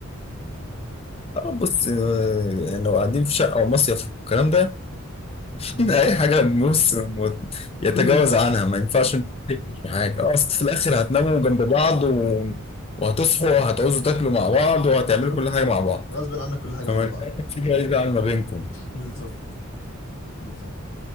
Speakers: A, on the left; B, on the left.
A: اه بص آه، يعني لو قاعدين في شقة او مصيف والكلام ده
B: مم.
A: <laughs> اي حاجة بص مت- يتجاوز
B: كله متاح
A: عنها ما ينفعش انت تكتشف حاجة اه، اصل في الاخر هتناموا جنب بعض و... وهتصحوا وهتعوزوا تاكلوا مع بعض وهتعملوا
B: بالظبط
A: كل حاجة مع بعض
B: غصب عنا كل حاجه
A: فما
B: مع
A: ينفعش
B: بعض
A: في بعيد عن ما بينكم
B: بالظبط بالظبط